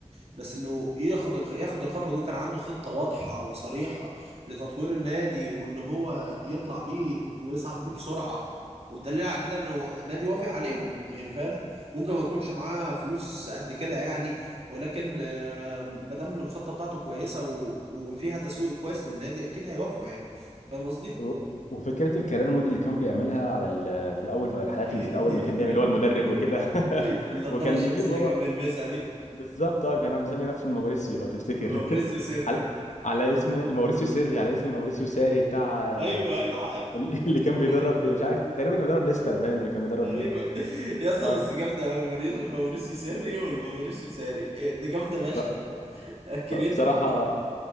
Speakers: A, on the right; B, on the left.
A: بس انه ياخد الخ... ياخد الخطوه دي وكان عنده خطه واضحه وصريحه لتطوير النادي وان هو يطلع بيه ويصعد بيه بسرعه والدليل على كده انه النادي وافق عليهم يعني فاهم ممكن ما يكونش معاه فلوس قد كده يعني ولكن آه، ما دام الخطه بتاعته كويسه و... وفيها تسويق كويس للنادي اكيد هيوافقوا يعني أنت فاهم قصدي؟
B: و- وفكره الكارير مود اللي كان بيعملها على ال- في الاول في الحالات
A: <laughs>
B: اللي في الاول ما كان بيعمل اللي هو المدرب وكده <laughs>
A: النضاره
B: وكان
A: الشمس
B: بيجيب
A: اللي
B: هو
A: كان بيلبسها دي
B: بالظبط اه كان مسمي نفسه الموريسيو لو تفتكر
A: موريسيو
B: <laughs>
A: سري
B: على على اسم الموريسيو سري على اسم موريسيو ساري بتاع <laughs> آه،
A: ايوه ايوه عارف
B: اللي
A: <laughs>
B: كان بيدرب مش عارف تقريبا كان بيدرب ليستر باين ولا كان بيدرب
A: تقريبا
B: مين
A: يا اسطى
B: اه
A: بس جامده قوي موريس- موريسيو سيري والموريسيو ساري إيه ده جامده فشخ
B: ف- فبصراحه
A: كرييتيف برضه.